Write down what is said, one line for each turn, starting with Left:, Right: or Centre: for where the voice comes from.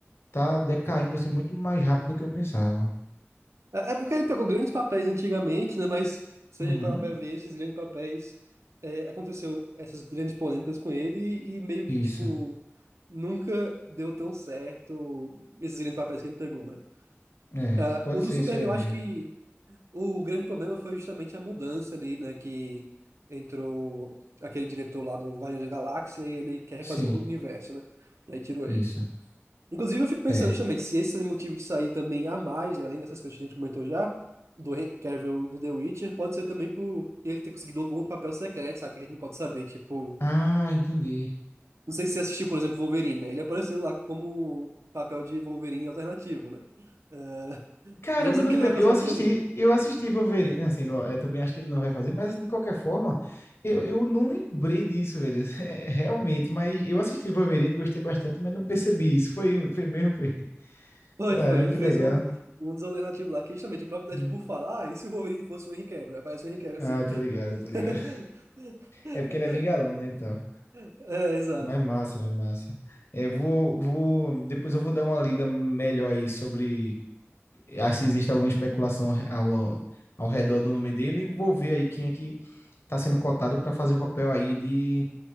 Left: tá decaindo assim muito mais rápido do que eu pensava.
Right: É é porque ele pegou grandes papéis antigamente, né? Mas se
Left: Uhum.
Right: a gente parar pra ver, esses grandes papéis. é, aconteceu essas grandes polêmicas com ele e, e meio
Left: Isso.
Right: que, tipo, nunca deu tão certo esses grandes papéis que ele pegou, né?
Left: É,
Right: Ah,
Left: pode
Right: o do
Left: ser
Right: Superman,
Left: isso aí
Right: eu
Left: mesmo.
Right: acho que O grande problema foi justamente a mudança ali, né? Que entrou aquele diretor lá do Guardiões da Galáxia e ele quer refazer
Left: Sim,
Right: o universo, né? E aí tirou ele.
Left: isso.
Right: Inclusive, eu fico pensando
Left: É.
Right: justamente se esse é motivo de sair também a mais, né, além dessas coisas que a gente comentou já, do Henry Cavill do The Witcher, pode ser também por ele ter conseguido algum outro papel secreto, sabe? Que a gente não pode saber. Tipo,
Left: Ah, entendi.
Right: não sei se você assistiu, por exemplo, Wolverine, né? Ele apareceu lá como papel de Wolverine alternativo, né? Ah,
Left: Caramba,
Right: não dizendo
Left: eu não
Right: que ele
Left: lembro.
Right: vai fazer
Left: Eu assisti,
Right: o Wolverine.
Left: eu assisti Wolverine, assim, lo- é, também acho que ele não vai fazer, mas de qualquer forma, eu, eu não lembrei disso, velho. <laughs> É, realmente, mas eu assisti Wolverine, gostei bastante, mas não percebi isso. Foi, foi mesmo, foi. <laughs>
Right: Foi,
Left: Caramba,
Right: foi. Ele
Left: que
Right: fez
Left: legal.
Right: um, um dos alternativos lá, que justamente o próprio
Left: Hum.
Right: Deadpool fala, ah, e se o Wolverine fosse o Henry Cavill? Aparece o Henry Cavill
Left: Ah,
Right: assim.
Left: tô ligado,
Right: <laughs>
Left: tô ligado. É porque ele é bem galão, né, e tal.
Right: É, exato.
Left: Mas é massa, velho, massa. É, vou, vou, depois eu vou dar uma lida melhor aí sobre ah, se existe alguma especulação ao, ao redor do nome dele e vou ver aí quem é que tá sendo cotado para fazer o papel aí de,